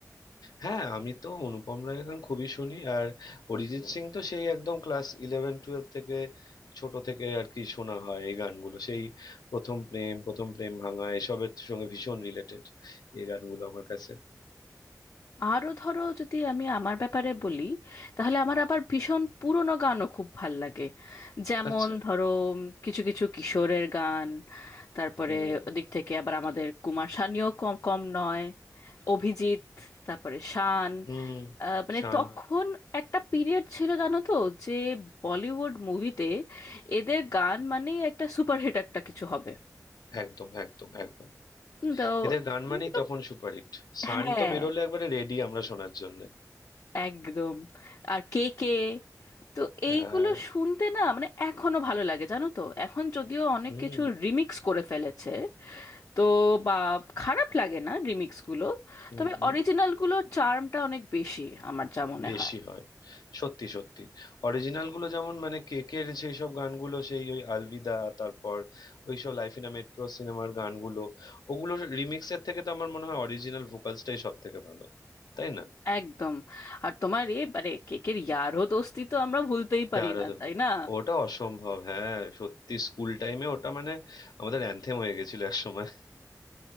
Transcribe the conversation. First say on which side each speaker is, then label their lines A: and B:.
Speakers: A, on the left; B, on the left.
A: হ্যাঁ আমি তো অনুপম রায়ের গান খুবই শুনি আর অরিজিৎ সিং তো সেই একদম ক্লাস ইলেভেন টুয়েলভ থেকে ছোট থেকে আর কি শোনা হয় এই গানগুলো সেই প্রথম প্রেম প্রথম প্রেম ভাঙা এসবের সঙ্গে ভীষণ রিলেটেড এই গানগুলো আমার কাছে
B: আরও ধরো যদি আমি আমার ব্যাপারে বলি তাহলে আমার আবার ভীষণ পুরনো গানও খুব ভাল লাগে যেমন
A: আচ্ছা
B: ধরো উম, কিছু কিছু কিশোরের গান তারপরে
A: হুম
B: ওদিক থেকে আবার আমাদের কুমার শানুও কম কম নয় অভিজিৎ তারপরে শান
A: হুম
B: আহ, মানে
A: শান
B: তখন একটা পিরিয়ড ছিল জানো তো যে বলিউড মুভিতে এদের গান মানেই একটা সুপারহিট একটা কিছু হবে
A: একদম একদম একদম
B: তো
A: এদের গান
B: এগুলো-
A: মানেই তখন সুপারহিট শান
B: হ্যাঁ
A: তো বেরোলে একবারে রেডি আমরা শোনার জন্য
B: একদম আর কে কে তো
A: হ্যাঁ
B: এইগুলো শুনতে না মানে এখনো ভালো লাগে জানো তো এখন যদিও অনেক
A: হুম
B: কিছু রিমিক্স করে ফেলেছে তো বা খারাপ লাগে না রিমিক্স গুলো
A: হুম
B: তবে
A: হুম
B: অরিজিনাল গুলো চার্মটা অনেক বেশি আমার যা মনে
A: বেশি
B: হয়
A: হয় সত্যি সত্যি অরিজিনাল গুলো যেমন মানে কেকের সেই সব গানগুলো সেই ওই আলভিদা তারপর ওই সব লাইফ ইন মেট্রো সিনেমার গানগুলো ওগুলো রিমিক্সের থেকে তো আমার মনে হয় অরিজিনাল ভোকালসটাই সব থেকে ভালো তাই না
B: একদম আর তোমার এ মানে কেকের ইয়ারও দোস্তি তো আমরা ভুলতেই পারি
A: ইয়ার
B: না তাই না
A: ওটা অসম্ভব হ্যাঁ সত্যি স্কুল টাইমে ওটা মানে আমাদের অ্যানথেম হয়ে গেছিল এক সময়